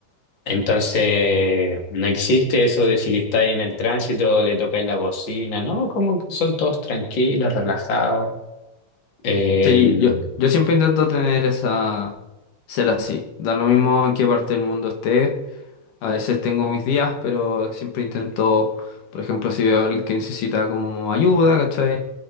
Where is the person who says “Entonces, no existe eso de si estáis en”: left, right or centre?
Left